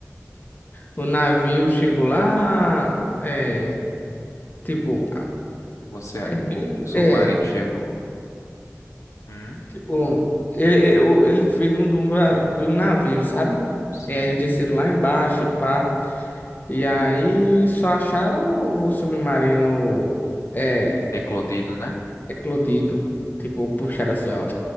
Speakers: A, on the left; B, on the left.
A: o navio chegou lá, é, tipo,
B: Você,
A: é
B: o
A: bem,
B: submarino
A: é,
B: chegou? Hum,
A: Tipo, ele, eu- ele veio de um, de um, va- de um navio, sabe?
B: sim,
A: E aí eles desceram lá embaixo e pá. E aí só acharam o submarino é,
B: eclodido, né?
A: eclodido. Tipo, puxado assim, ó.